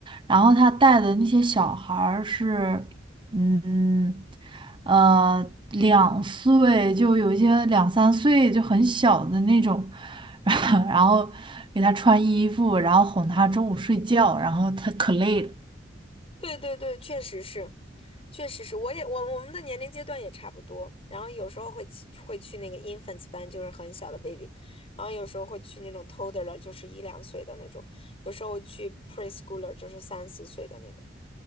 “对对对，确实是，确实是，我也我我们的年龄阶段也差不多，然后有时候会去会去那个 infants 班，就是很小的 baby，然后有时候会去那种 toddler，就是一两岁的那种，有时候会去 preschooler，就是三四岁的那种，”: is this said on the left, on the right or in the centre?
Left